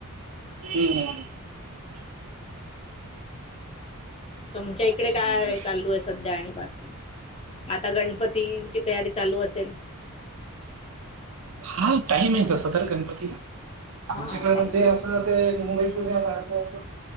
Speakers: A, on the right; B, on the left.
A: हम्म हम् ह.
B: तुमच्या इकडे
A: चांगलं
B: काय
A: आहे.
B: चालू अस सध्या आणि बाकी आता गणपतीची तयारी चालू असेल.
A: हा टाईम आहे तसं तर गणपतीला.
B: हा
A: आमच्याकडे
B: टाइम
A: म्हणजे असं ते मुंबईत पुण्या सारख असं